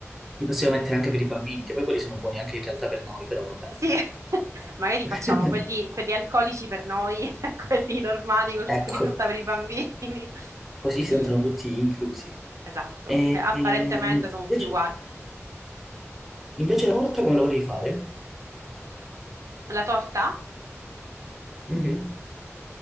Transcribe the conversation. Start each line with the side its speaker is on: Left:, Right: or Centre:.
Centre: li possiamo mettere anche per i bambini, che poi quelli sono buoni anche in realtà per noi, però vabbè.
Right: Sì. <laughs> Magari
Centre: <laughs>
Right: facciamo quelli, quelli alcolici per noi <laughs> e quelli normali col succo
Centre: Ecco,
Right: di frutta per i bambini.
Centre: così
Right: Sì,
Centre: si sentono tutti inclusi.
Right: esatto.
Centre: E,
Right: Che apparentemente
Centre: ehm,
Right: sono tutti
Centre: invece,
Right: uguali.
Centre: invece la torta come la volevi fare?
Right: La torta?
Centre: Mhm.